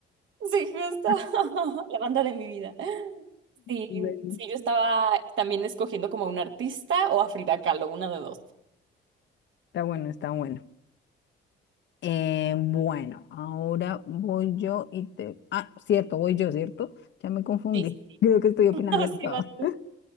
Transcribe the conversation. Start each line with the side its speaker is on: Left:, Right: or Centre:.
Right: Sí, justo.
Left: <laughs>
Right: <laughs> La banda de mi vida. Sí,
Left: Bueno.
Right: sí, yo estaba también escogiendo como a un artista o a Frida Kahlo, una de dos.
Left: Está bueno, está bueno. Eh, bueno, ahora voy yo y te... Ah, cierto, voy yo, ¿cierto? Ya me confundí.
Right: Sí, sí, sí.
Left: <laughs> Creo que estoy opinando
Right: <laughs> No, sí,
Left: de todo.
Right: vas tú.
Left: <laughs>